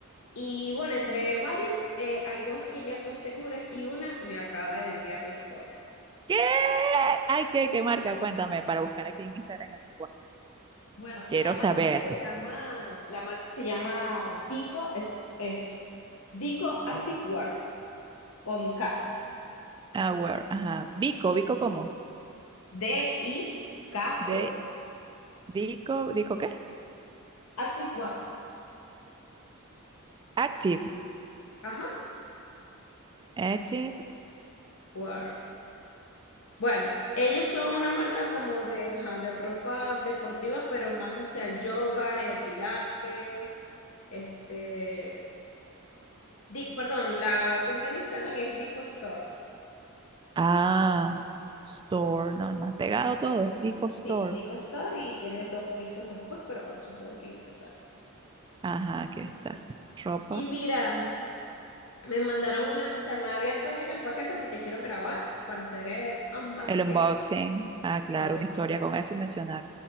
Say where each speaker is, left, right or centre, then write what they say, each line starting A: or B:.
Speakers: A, on the left (about 70°); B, on the right (about 20°).
A: Y bueno, entre varias, eh, hay dos que ya son seguras y una me acaba de enviar las cosas.
B: ¿Qué? Ay, ¿qué, qué marca? Cuéntame, para buscar aquí en Instagram en mi
A: Bueno,
B: Quiero
A: la marca
B: saber.
A: se llama, la marca se llama Dico, es, es Dico Activewear, con K,
B: Ah, where, ajá. Vico, Vico, ¿cómo?
A: D-I-K-O,
B: De, Vico, ¿Vico qué?
A: Activewear.
B: Active.
A: Ajá.
B: Active.
A: Wear Bueno, ellos son una marca como de, ajá, de ropa deportiva, pero más hacia el yoga, el pilates, este, Di- perdón, la cuenta en Instagram es Dico Store.
B: Ah, store, normal. Pegado todo. Vico Store.
A: Sí, Dico Store y tiene dos pisos después, pero bueno, supongo que ahí te sale.
B: Ajá, aquí está. Ropa.
A: Y mira, me mandaron una, o sea, no he abierto bien el paquete porque quiero grabar para hacer el unboxing,
B: El unboxing. Ah, claro,
A: obvio.
B: una historia con eso y mencionar.